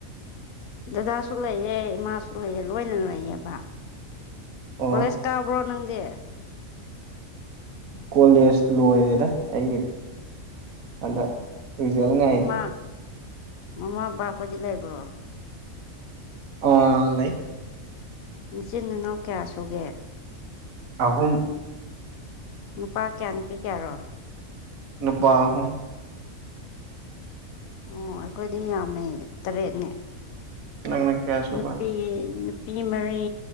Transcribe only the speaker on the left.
ꯗꯗꯥꯁꯨ ꯂꯩꯑ ꯏꯃꯥꯁꯨ ꯂꯩꯑꯦ ꯂꯣꯏꯅ ꯂꯩꯌꯦꯕ
ꯀꯣꯂꯦꯖ ꯇꯕ꯭ꯔꯣ ꯅꯪꯗꯦ
ꯑꯣ
ꯃꯃꯥ ꯃꯃꯥ ꯕꯥꯈꯗꯤ ꯂꯩꯕ꯭ꯔꯣ
ꯏꯆꯤꯟ ꯏꯅꯥꯎ ꯀꯌꯥ ꯁꯨꯒꯦ
ꯅꯨꯄꯥ ꯀꯌꯥ ꯅꯨꯄꯤ ꯀꯌꯥꯔꯣ
ꯑꯣ ꯑꯩꯈꯣꯏꯗꯤ ꯌꯥꯝꯃꯦ ꯇꯔꯦꯠꯅꯦ
ꯅꯨꯄꯤ ꯅꯨꯄꯤ ꯃꯔꯤ